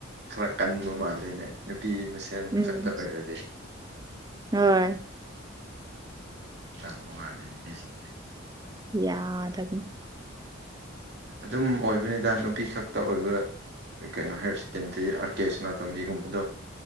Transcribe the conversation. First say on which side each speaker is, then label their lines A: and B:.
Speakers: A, on the right; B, on the right.
A: ꯈꯔ ꯀꯟꯕ ꯃꯥꯜꯂꯦꯅꯦ ꯅꯨꯄꯤ ꯃꯁꯦꯟ
B: ꯎꯝ
A: ꯈꯛꯇ ꯑꯣꯏꯔꯗꯤ
B: ꯍꫭꯏ
A: ꯇꯥꯕꯨ ꯃꯟꯕꯅꯦ ꯅꯨꯄꯤꯁꯤꯡꯁꯦ
B: ꯌꯥꯗꯕꯤꯅꯤ
A: ꯑꯗꯨꯝ ꯑꯣꯏꯕꯅꯤꯗ ꯅꯨꯄꯤ ꯈꯛꯇ ꯑꯣꯏꯕ ꯀꯩꯅꯣ ꯍꯥꯏꯌꯔ ꯁꯦꯀꯦꯟꯗ꯭ꯔꯤ ꯑꯥꯔ ꯀꯦ ꯁꯅꯥꯇꯣꯝꯕꯤꯒꯨꯝꯕꯗꯣ